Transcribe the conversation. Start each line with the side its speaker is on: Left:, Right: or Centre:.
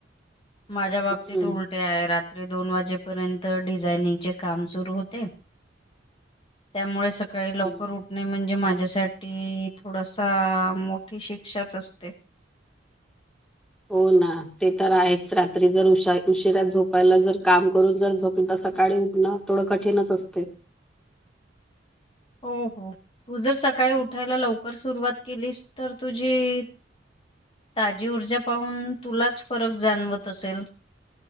Left: माझ्या बाबतीत
Centre: हम्म
Left: उल टे आहे, रात्री दोन वाजेपर्यंत डिझाइनिंग चे काम सुरू होते. त्यामुळे सकाळी लवकर
Centre: हम्म.
Left: उठणे, म्हणजे माझ्यासाठी थोडासा मो मोठी शिक्षाच असते.
Centre: हो ना, ते तर आहेच रात्री जर उशिरा झोपायला जर काम करून जर झोपल तर सकाळी उठना थोडं कठीणच असते.
Left: हो-हो!. तू जर सकाळी उठायला लवकर सुरुवात केलीस तर तुझे. ताजी ऊर्जा पाहून तुलाच फरक जाणवत असेल.